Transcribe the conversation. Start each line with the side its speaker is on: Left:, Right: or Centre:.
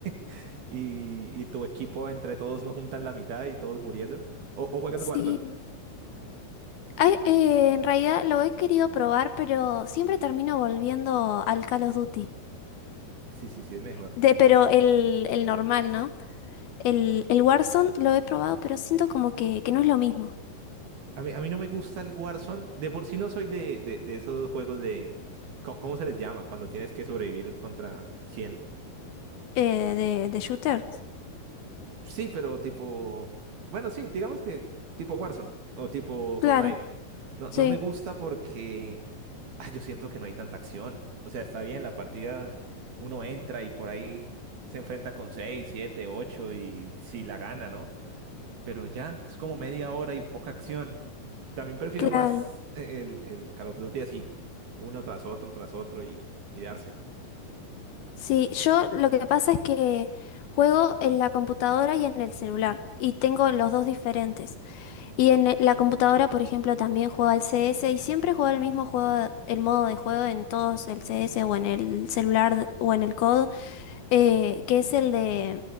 Right: <laughs> y, y tu equipo entre todos no juntan la mitad y todos muriendo. O, o juegas
Left: Sí.
Right: Warzone.
Left: Ay, eh, en realidad lo he querido probar, pero siempre termino volviendo al Call of Duty.
Right: Sí, sí, sí, es mejor.
Left: De, pero el, el normal, ¿no? El, el Warzone lo he probado, pero siento como que, que no es lo mismo.
Right: A mí, a mí no me gusta el Warzone. De por sí no soy de, de, de esos juegos de... ¿Cómo, cómo se les llama? Cuando tienes que sobrevivir contra cien.
Left: Eh, de, de shooter.
Right: Sí, pero tipo... Bueno, sí, digamos que tipo Warzone o tipo
Left: Claro,
Right: Fortnite. No, no
Left: sí,
Right: me gusta porque... ah, yo siento que no hay tanta acción. O sea, está bien, la partida uno entra y por ahí se enfrenta con 6, 7, 8 y si la gana, ¿no? Pero ya, es como media hora y poca acción. También prefiero
Left: claro.
Right: más eh, el, el Call of Duty así, uno tras otro, tras otro y, y darse.
Left: Sí, yo lo que pasa es que juego en la computadora y en el celular, y tengo los dos diferentes. Y en e, la computadora, por ejemplo, también juego al CS y siempre juego el mismo juego, el modo de juego en todos, el CS o en el celular o en el COD, eh, que es el de